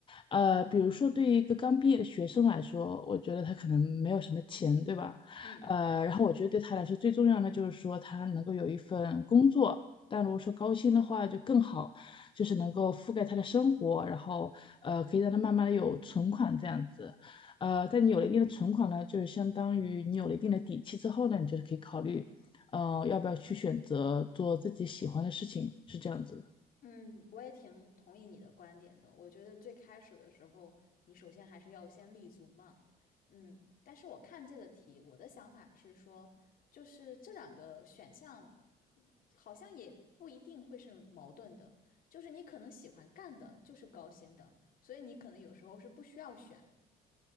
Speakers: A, on the left; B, on the left.
A: 呃，比如说对于一个刚毕业的学生来说，我觉得他可能没有什么钱，对吧？
B: 嗯。
A: 呃，然后我觉得对他来说最重要的就是说他能够有一份工作，但如果说高薪的话就更好，就是能够覆盖他的生活，然后呃可以让他慢慢的有存款这样子。呃，在你有了一定的存款呢，就是相当于你有了一定的底气之后呢，你就是可以考虑。嗯、呃要不要去选择做自己喜欢的事情，是这样子。
B: 嗯，我也挺同意你的观点的。我觉得最开始的时候，你首先还是要先立足嘛。嗯，但是我看这个题，我的想法是说，就是这两个选项嗯好像也不一定会是矛盾的。就是你可能喜欢干的就是高薪的，所以你可能有时候是不需要选。